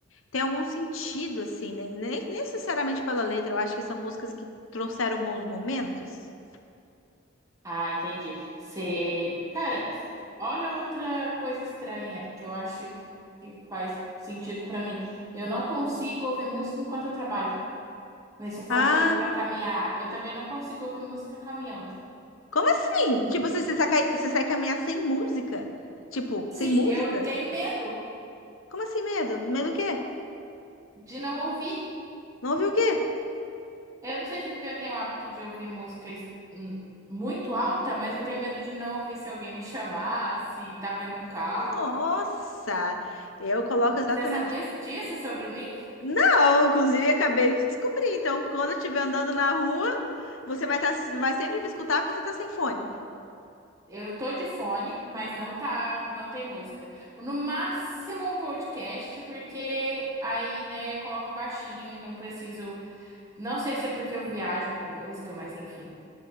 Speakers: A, on the left (about 85°); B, on the right (about 15°).
A: têm algum sentido assim, né? Nem necessariamente pela letra, eu acho que são músicas que trouxeram bons momentos.
B: Ah, entendi. Você, cara, olha outra coisa estranha que eu acho que faz sentido pra mim. Eu não consigo ouvir música enquanto eu trabalho. Nem você falou
A: Ah,
B: se ouve para caminhar. Eu também não consigo ouvir música caminhando.
A: Como assim? Tipo, você, você sai, cai- você sai caminhar sem música? Tipo,
B: Sim,
A: sem música?
B: eu tenho medo
A: Como assim medo? Do Medo do quê?
B: de não ouvir.
A: Não ouviu o quê?
B: Eu não sei se é porque eu tenho o hábito de ouvir música hum, muito alta, mas eu tenho medo de não ouvir se alguém me chamar, se tá vindo um carro.
A: Nossa! Eu coloco exatamente.
B: Você sabia disso sobre mim?
A: Não, inclusive acabei de descobrir. Então, quando eu estiver andando na rua, você vai, tá, vai sempre me escutar porque você tá sem fone.
B: Eu tô de fone, mas não tá, não tem música. No máximo um podcast, porque aí, né, eu coloco baixinho e não preciso. Não sei se é porque eu viajo com música, mas enfim.